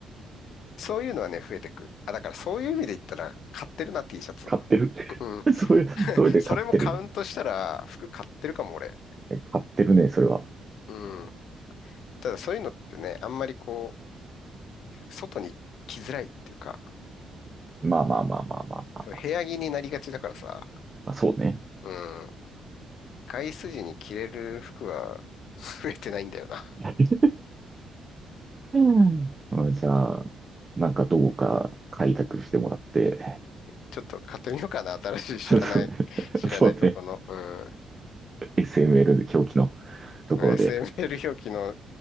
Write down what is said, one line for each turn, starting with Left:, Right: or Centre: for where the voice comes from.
Left: そういうのはね、増えてく。あ、だからそういう意味で言ったら、買ってるな、T シャツ。
Right: 買ってる。
Left: うん。
Right: <laughs> それ、それで買ってる。
Left: それもカウントしたら、服買ってるかも、俺。
Right: 買ってるね、それは。
Left: うん。ただそういうのってね、あんまりこう、外に着づらいっていうか、
Right: まあまあまあまあまあまあ。
Left: その部屋着になりがちだからさ、
Right: まあそうね。
Left: うん、外出時に着れる服は <laughs> 増えてないんだよな。
Right: <laughs>
Left: <laughs>
Right: うんうんじゃあ、なんかどうか開拓してもらって、
Left: ちょっと買ってみようかな、新しい知らない、
Right: <laughs> そうね。
Left: 知らないとこの、
Right: そうね。
Left: うん、
Right: SML 狂気のところで。
Left: SML 表記の